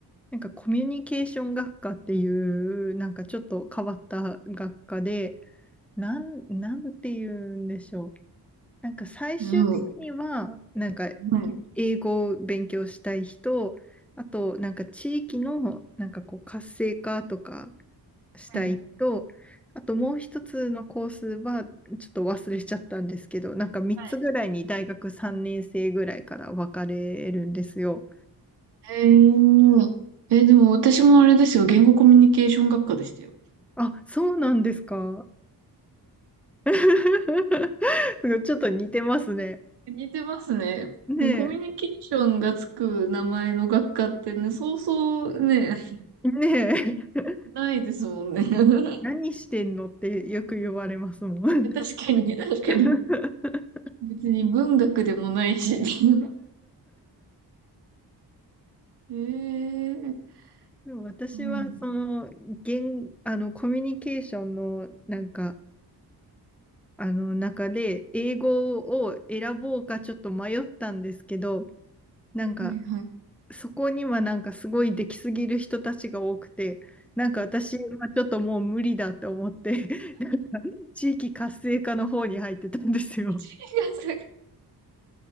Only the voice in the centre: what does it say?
なんかコミュニケーション学科っていう、なんかちょっと変わった学科で、なん、なんて言うんでしょう。なんか最終的には、
なんか
英語を勉強したい人、あとなんか地域のなんかこう活性化とかしたい人、
あともう一つのコースはちょっと忘れちゃったんですけど、なんか3つぐらいに大学3年生ぐらいから分かれるんですよ。
あ、そうなんですか。<laughs> すごいちょっと似てますね。
ね
え、ねえ、
<laughs> 何してんのってよく言われますもん。
<laughs>
でも私はその言、
あのコミュニケーションのなんかあの中で英語を選ぼうかちょっと迷ったんですけど、なんか
そこにはなんかすごいできすぎる人たちが多くて、なんか私はちょっともう無理だと思って、地域活性化の方に入ってたんですよ。